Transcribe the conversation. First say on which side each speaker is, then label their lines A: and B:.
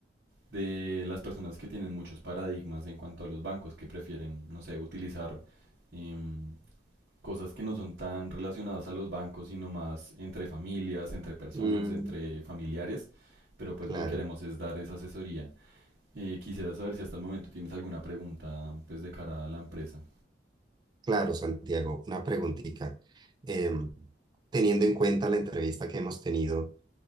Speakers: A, on the right; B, on the right.
A: de las personas que tienen muchos paradigmas en cuanto a los bancos que prefieren, no sé, utilizar em, cosas que no son tan relacionadas a los bancos, sino más entre familias, entre personas,
B: Mm,
A: entre familiares, pero pues
B: claro,
A: no queremos es dar esa asesoría Eh, quisiera saber si hasta el momento tienes alguna pregunta pues de cara a la empresa.
B: claro, Santiago, una preguntita. Em, teniendo en cuenta la entrevista que hemos tenido,